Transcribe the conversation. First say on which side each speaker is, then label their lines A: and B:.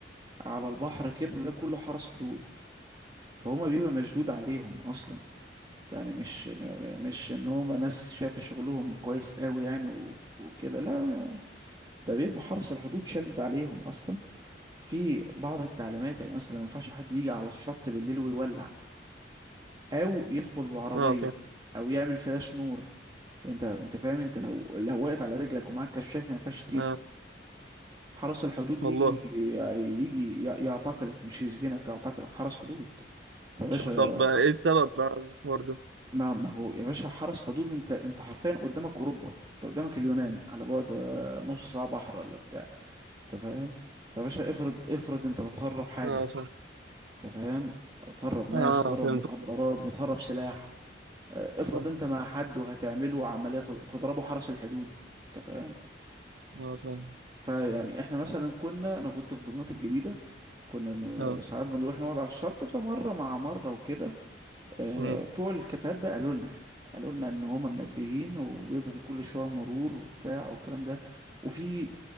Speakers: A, on the right (about 25°); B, on the right (about 80°).
A: على البحر كده ده كله حرس حدود فهما بيبقى مشدود عليهم اصلا يعني مش م- م- مش ان هما ناس شايفه شغلهم كويس قوي يعني و- وكده لا ده بيبقى حرس الحدود شادد عليهم اصلا في بعض التعليمات يعني مثلا ما ينفعش حد يجي على الشط بالليل ويولع او يدخل بعربيه
B: اه فاهم
A: او يعمل فلاش نور يعني انت انت فاهم انت لو لو واقف على رجلك ومعاك كشاف ما ينفعش
B: اه
A: حرس الحدود
B: والله
A: يجي يجي ي- يعتقلك مش يسجنك يعتقلك حرس حدود طب يا باشا
B: مش- عارف. طب بقى ايه السبب بقى الحوار ده
A: ما ما هو يا باشا حرس حدود انت انت حرفيا قدامك اوروبا انت قدامك اليونان على بعد آه، نص ساعه بحر ولا بتاع انت فاهم فيا باشا افرض افرض انت بتهرب حاجه
B: اه فاهم
A: انت فاهم تهرب ناس
B: اه
A: تهرب
B: فهمت
A: مخدرات بتهرب سلاح آه، افرض
B: صح
A: انت مع حد وهتعمله عمليه تضربه حرس الحدود انت فاهم
B: اه فاهم
A: فيعني احنا مثلا كنا انا كنت في دمياط الجديده كنا م-
B: اه
A: ساعات بنروح نقعد على الشط فمره مع مره وكده آه،
B: امم
A: بتوع الكافيهات بقى قالوا لنا يعني قالوا لنا ان هما منبهين وبيبقى في كل شويه مرور وبتاع والكلام ده وفي